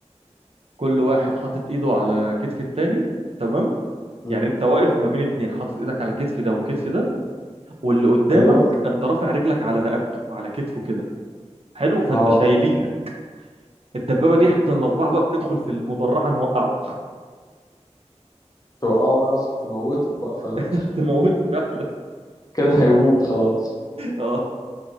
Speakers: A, on the right (about 55°); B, on the left (about 30°).
A: كل واحد حاطط ايده على كتف التاني تمام
B: مم.
A: يعني انت واقف ما بين اتنين حاطط ايدك على كتف ده وكتف ده واللي قدامك
B: ايوه
A: انت رافع رجلك على رقبته على كتفه كده حلو فانت
B: اه
A: شايلينه الدبابه دي احنا الاربعه بقى بندخل في المدرعه نوقعه
B: توقعه بقى قصدك تموته بقى فاهم
A: <laughs> تموته فعلا
B: كده هيموت خلاص
A: اه